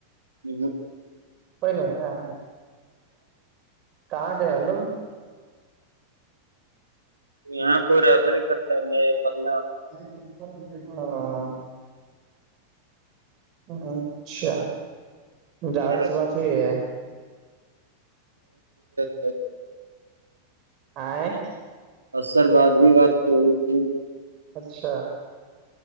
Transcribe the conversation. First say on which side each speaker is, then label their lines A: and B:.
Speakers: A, on the right; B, on the right.
A: ج
B: کوئی ن ہاں کہاں گلو
A: یہاں کوئی ربل کرتا ہے میں پرلا
B: ہاں ہ اچھا جازاز
A: میرے
B: سے بات ہو ہے
A: ہ
B: آ
A: اور سر بعد بھی بات تو ہوئی تھی
B: اچھا